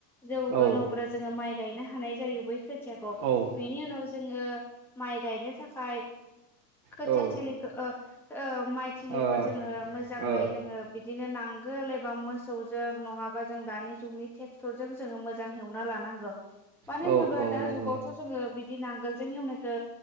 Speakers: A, in the centre; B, on the right.
A: जौगोन
B: औ
A: अब्ला जोङो माइ गायनो हानाय जायो बै खोथियाखौ
B: औ
A: बेनि उनाव जोङो माइ गायनो थाखाय खोथिया
B: औ
A: थिलिखौ माइ थिलिखौ
B: ओ
A: जोङो मोजाङै
B: ओ
A: जोङो दिनो नांगोल एबा मोसौजों नङाबा जों दानि जुगनि थेक्टर जों जोङो मोजां हेवना लानांगो मानो
B: औ
A: होनोबा
B: औ
A: दा
B: नंगौ
A: जुगाथ' जोङो बि दि नांगोलजों हेवनायखो